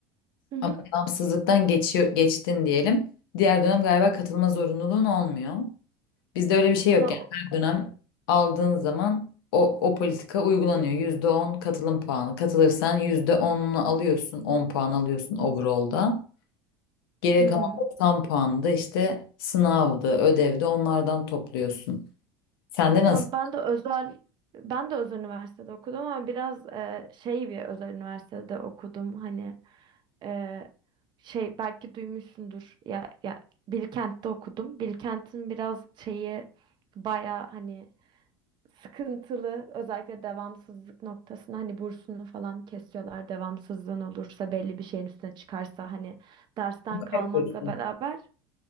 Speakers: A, on the right; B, on the left.
A: Hı hı.
B: ama devamsızlıktan geçiyor, geçtin diyelim. Diğer dönem galiba katılma zorunluluğun olmuyor. Bizde öyle bir şey yok
A: Valla
B: yani
A: o-
B: her dönem aldığın zaman o, o politika uygulanıyor. yüzde on katılım puanı. Katılırsan yüzde onunu alıyorsun, 10 puan alıyorsun overall'da. Geriye
A: hmm.
B: kalan 90 puanı da işte sınavdı, ödevdi onlardan topluyorsun. Sen de nasıl
A: Ya ben de özel ben de özel üniversitede okudum ama biraz e, şey bir özel üniversitede okudum. Hani e, şey belki duymuşsundur. Ya ya Bilkent'te okudum. Bilkent'in biraz şeyi baya hani sıkıntılı özellikle devamsızlık noktasında hani bursunu falan kesiyorlar. Devamsızlığın olursa belli bir şeyin üstüne çıkarsa hani dersten
B: Şaka
A: kalmakla
B: yapıyorsun?
A: beraber